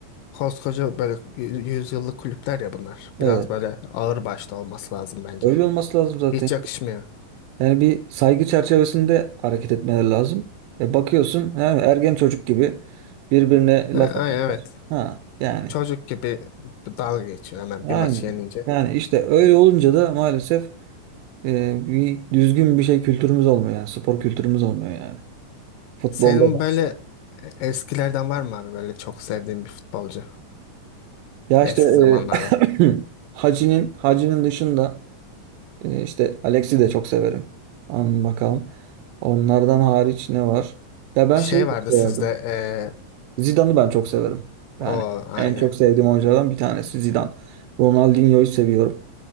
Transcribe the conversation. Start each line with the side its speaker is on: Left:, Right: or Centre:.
Left: koskoca böyle yü- yüzyıllık kulüpler ya bunlar.
Right: Evet.
Left: Biraz böyle ağır başlı olması lazım bence.
Right: Öyle olması lazım zaten.
Left: Hiç yakışmıyor.
Right: Yani bir saygı çerçevesinde hareket etmeleri lazım. E bakıyorsun he, ergen çocuk gibi birbirine
Left: E,
Right: laf
Left: ay,
Right: atıyorlar.
Left: evet.
Right: Ha yani
Left: Çocuk gibi dalga geçiyor hemen
Right: aynen.
Left: bir maçı yenince.
Right: Yani işte öyle olunca da maalesef e, bir düzgün bir şey kültürümüz olmuyor yani spor kültürümüz olmuyor yani. Futbolda
Left: Senin
Right: da.
Left: böyle e, eskilerden var mı abi böyle çok sevdiğin bir futbolcu
Right: Ya
Left: eski
Right: işte
Left: zamanlardan?
Right: e, <clears throat> Hacı'nın Hacı'nın dışında e, işte Alex'i de çok severim. An bakalım. Onlardan hariç ne var? Ya ben
Left: Şey
Right: şeyi
Left: vardı
Right: çok severdim.
Left: sizde eee,
Right: Zidane'ı ben çok severim. Yani
Left: o aynı.
Right: en çok sevdiğim oyunculardan bir tanesi Zidane. Ronaldinho'yu seviyorum.